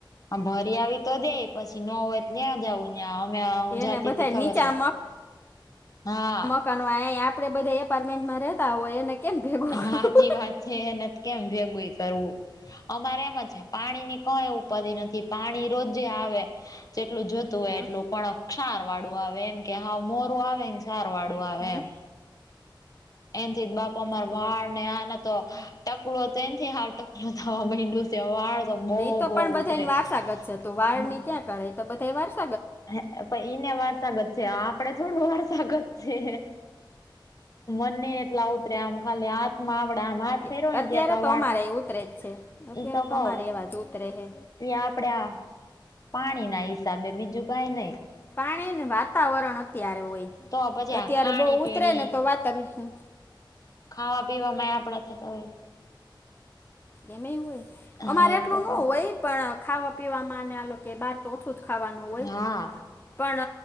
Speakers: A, on the left; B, on the left.
A: હ ભરી આવી તો દે પછી ન હોય ત્યાં જઉં ત્યાં અમે હું
B: એને
A: જાતી
B: બધાય
A: ત ખબર
B: નીચા
A: છે હા.
B: તનુ આંહે આપડે બધા એપાર્ટમેન્ટમાં રેહતા હોય એને કેમ ભેગું કરવું
A: હાચી વાત છે એને કેમ ભેગુંઈ કરવું અમારે એમ છે પાણીની કઈ ઉપાદી નથી પાણી રોજે આવે જેટલું જોતું હોય
B: હા,
A: એટલું પણ ક્ષારવાળું આવે એમ કે હાવ મોરું આવે ક્ષારવાળુ આવે
B: હમ,
A: એમ. એન થી જ બાપા માર
B: હોય
A: વાળ ને આના તો ટકલો હતો તેથી હાવ ટકલો થવા મૈન્ડુ સે. તેવા વાળ તો બહું
B: એ
A: બહુ
B: પણ બધાને
A: ઉતરે,
B: વારસાગત છે તો વાળની
A: હમ્મ.
B: ક્યાં કરે તો બધાય વાર સે.
A: હ પર ઈને વારસાગત છે આપડે થોડ વારસાગત છે. એને એટલા ઉતર્યા આમ ખાલી હાથમાં આવડે આમ હાથ
B: એ-
A: ફેરવો ને
B: અત્યારે
A: ત્યાં તો વાળ
B: અમારે એ ઉતરે જ છે. અત્યારે
A: તો કવ
B: અમારે એવાજ ઉતરે હે.
A: ઈ આપડે આ પાણી ના હિસાબે બીજું કઈ નઈ.
B: પાણી ને વાતાવરણ અત્યારે હોય.
A: તો પછી
B: અત્યારે
A: આ ખાણી
B: બોઉ
A: પીણી
B: ઉતરે ને તો વાતર હમ.
A: ખાવા પીવામાં આપડા થતા હોય.
B: એનેય હોય
A: હા
B: અમારે
A: એ
B: એટલું
A: તો
B: ન
A: કહ
B: હોય પણ ખાવા પીવામાં ને આ લોક કે બાર તો ઓછું જ ખાવાનું હોય
A: હા
B: પણ